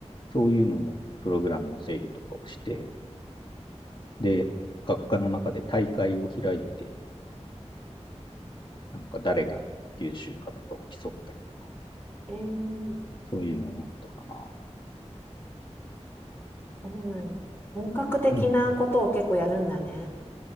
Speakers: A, on the left; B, on the left.
A: そういうののプログラムの制御とかをして、で、学科の中で大会を開いて、なんか誰が優秀かとかを競ったりとか、
B: ええ、
A: そういうのをやったかな。
B: そうなん。本格的なことを結構やるんだね。
A: うん。